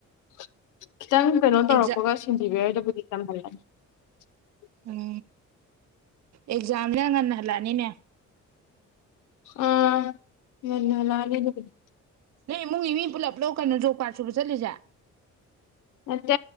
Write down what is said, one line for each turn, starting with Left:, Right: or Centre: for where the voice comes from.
Left: <unintelligible> ꯈꯤꯇꯪ ꯀꯩꯅꯣ ꯇꯧꯔꯛꯄꯒ
Right: ꯑꯦꯛꯖꯥ
Left: ꯁꯦꯟꯖꯤꯕꯤꯌꯔꯗꯕꯨꯗꯤ <unintelligible>
Right: ꯎꯝ ꯑꯦꯛꯖꯥꯝꯗ ꯉꯟꯅ ꯍꯜꯂꯛꯑꯅꯤꯅꯦ
Left: ꯑꯥ ꯉꯟꯅ ꯍꯜꯂꯛꯑꯅꯤ ꯑꯗꯨꯕꯨꯗꯤ
Right: ꯅꯣꯏ ꯏꯃꯨꯡꯒꯤ ꯃꯤ ꯄꯨꯂꯞ ꯀꯩꯅꯣ ꯖꯣꯕ ꯀꯥꯔꯠ ꯁꯨꯕ ꯆꯠꯂꯤꯁꯦ
Left: ꯅꯠꯇꯦ